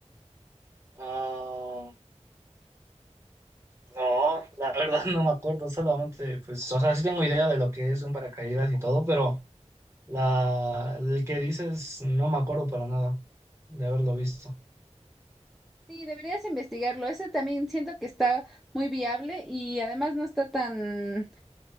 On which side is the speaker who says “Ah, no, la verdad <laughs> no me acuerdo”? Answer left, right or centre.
Right